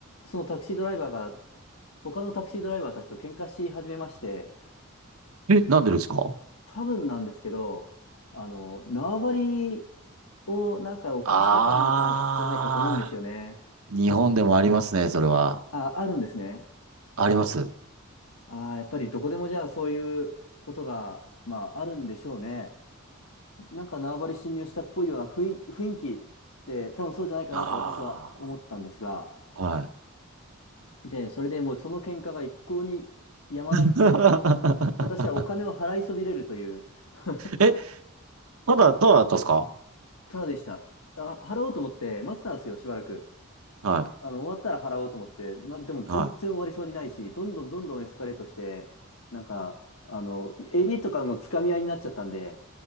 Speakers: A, on the left (about 80°); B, on the right (about 85°).
A: そのタクシードライバーが、他のタクシードライバーたちと喧嘩し始めまして、
B: い。え、なんでですか
A: 多分なんですけど、あの、縄張りをなんか犯したかなんかじゃないかと思うんですよね。
B: あー。日本でもありますね、それは。
A: あ、あるんですね。
B: あります。
A: あー、やっぱりどこでもじゃあそういうことが、まあ、あるんでしょうね。なんか縄張り侵入したっぽいような雰囲気、雰囲気って多分そうじゃないかなと私は思ったんですが、
B: あー。はい。
A: で、それでもうその喧嘩が一向に止まなくて、
B: <laughs>
A: 私はお金を払いそびれるという <laughs>
B: え、ただ、ただだったんですか
A: ただでした。あ、払おうと思って待ってたんですよ、しばらく。
B: は
A: あの、終わったら払おうと思って、ま、でも全然終わりそうにないし、
B: い。は
A: どんどんどんどんエスカレートして、なんか、あの、襟とかのつかみ合いになっちゃったんで、